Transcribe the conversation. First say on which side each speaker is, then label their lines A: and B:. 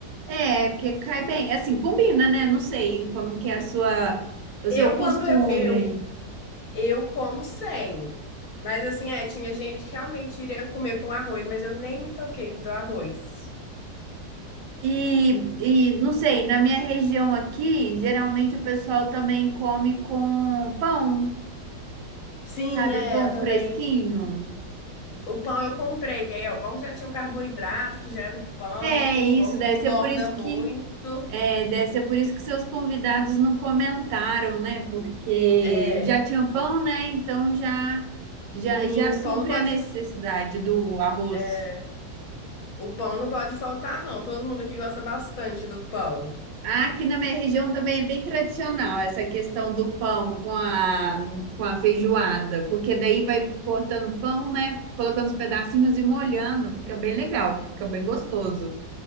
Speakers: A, on the right (about 75°); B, on the left (about 60°).
A: é, que cai bem. Assim, combina, né? Não sei como que é a sua, o
B: Eu,
A: seu costume
B: quando eu, eu,
A: aí.
B: eu como sem. Mas assim, é, tinha gente que realmente iria comer com arroz, mas eu nem me toquei do arroz.
A: E, e não sei, na minha região aqui, geralmente o pessoal também come com pão,
B: Sim,
A: sabe?
B: é,
A: O pão
B: eu também.
A: fresquinho.
B: O pão eu comprei. Aí, ó, bom que já tinha o carboidrato, que já era o pão,
A: É isso,
B: bom que
A: deve
B: não engorda
A: ser por isso
B: muito.
A: que. É, deve ser por isso que seus convidados não comentaram, né? Porque
B: É.
A: já tinha pão, né? Então já, já,
B: E
A: já
B: o
A: supre
B: pão não pode.
A: a necessidade do arroz.
B: é, o pão não pode faltar, não. Todo mundo aqui gosta bastante do pão.
A: Ah, Aqui na minha região também é bem tradicional essa questão do pão com a, com a feijoada, porque daí vai cortando pão, né? Colocando os pedacinhos e molhando, fica bem legal, fica bem gostoso.